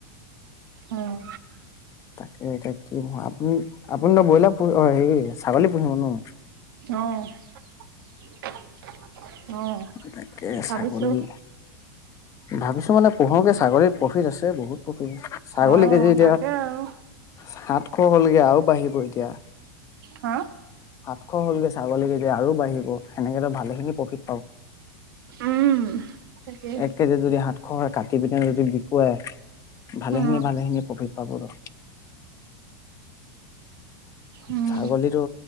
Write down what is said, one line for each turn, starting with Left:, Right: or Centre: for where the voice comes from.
Right: উম
Left: তাকে এতিয়া কি আপু আপুনি ত ব্ৰইলাৰ প হেৰি ছাগলী পুহিব ন
Right: উম <inaudible> অ
Left: তাক
Right: ভাবিছো
Left: ছাগলী ভাবিছো মানে পো়কে ছাগলীত প্ৰফিট আছে বহুত প্ৰফিট আ ছাগলী
Right: অ
Left: কেজি এতিয়া
Right: তাকে আৰু
Left: সাতশ হলগে আৰু বাঢ়িব এতিয়া
Right: হা
Left: সাতশ হলগে ছাগলী, কেজি আৰু বাঢ়িব সেনেকো ভালে খিনি প্ৰফিট
Right: উম তাকে
Left: এক কেজি যদি সাতশ কাটি পিনে যদি বিকুৱাই ভালেখিনি
Right: অ
Left: ভালেখিনি প্ৰফিট পাব আৰু
Right: উম
Left: ছাগলীতো